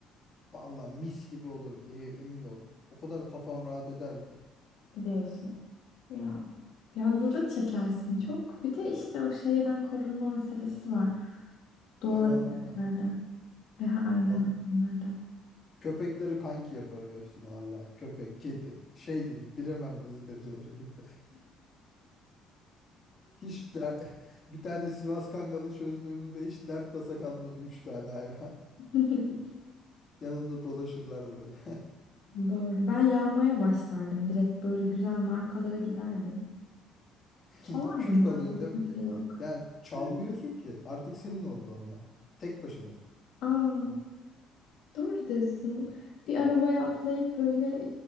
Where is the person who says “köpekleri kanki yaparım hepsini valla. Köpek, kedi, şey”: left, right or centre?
Left